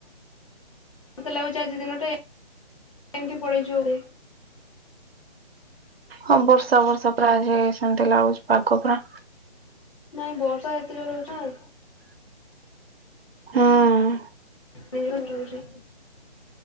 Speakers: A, on the left; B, on the right.
A: ମୋତେ ଲାଗୁଛି ଆଜି ଦିନଟା ଏ ଏମତି ପଳେଇ ଯିବ ବୋଧେ।
B: ହଁ ବର୍ଷା ବର୍ଷା ପୁରା ଆଜି ସେମତି ଲାଗୁଛି ପାଗ ପୁରା
A: ନାଇଁ ବର୍ଷା ଏତେ ଜୋର ହଉଛି
B: ହଁ।
A: ବିଲୁ ଚୁଇଚି